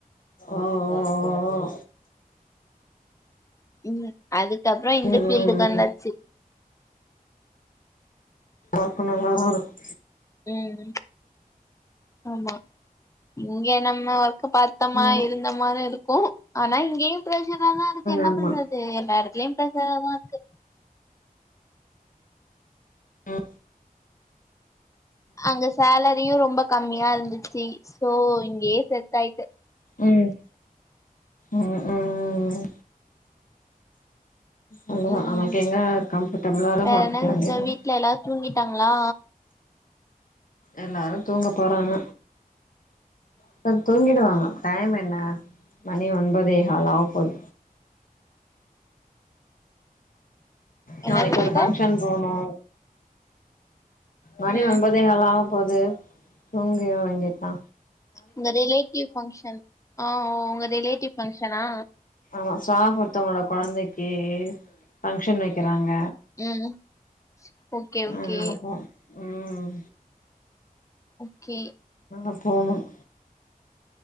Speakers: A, on the left; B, on the left.
A: ஆ ஆ ஆ ஆ
B: ம் அதுக்கப்றோ இந்த
A: ஓ ம்
B: ஃபீல்டுக்கு வந்தாச்சு
A: ஓப்பனிங் நல்லாருக்கும்
B: ம் ஆமா இங்க நம்ம ஒர்க்க பாத் த்தம்மா
A: ம்
B: இருந்தம்மா மாரி இருக்கும் ஆனா இங்கேயும் பிரஷரா தா இருக்கு என்ன
A: ஆமா
B: பண்றத் எல்லா எடத்துலயும் பிரஷரா தா இருக்கு
A: ம்
B: அங்க சேலரியும் ரொம்ப கம்மியா இருந்துச்சு சோ இங்கயே செட் ஆயிட்ட
A: ம் ம் ம் ம் ம் அவ்ளதா
B: ம்
A: நமக் எங்க கம்ஃபர்டபிளாரு
B: வேற
A: பாத்துக்க
B: என்ன சிஸ்டர்
A: வேண்டிய தா
B: வீட்ல எல்லாரு தூங்கிட்டாங்ளா
A: எல்லாரும் தூங்க போறாங்க இப்ப தூங்கிடுவாங்க டைம் என்ன மணி ஒன்பதே கால் ஆவ போது நாளைக்
B: என்ன சிஸ்டர்
A: ஒரு பஃங்க்ஷன் போனு மணி
B: ம்
A: ஒன்பதே கால் ஆவ போது தூங்கிட வேண்டிதா
B: உங்க ரிலேட்டிவ் பங்க்ஷன் ஆ ஆ உங்க ரிலேட்டிவ் பங்க்ஷனா
A: ஆமா ஸ்டாஃப் ஒருத்தவங்களோட கொழந்தைக்கு ஃபங்க்ஷன் வெக்கறாங்க
B: ம் ஓகே ஓகே
A: அதனால போனு ம்
B: ஓகே
A: ம் போணும்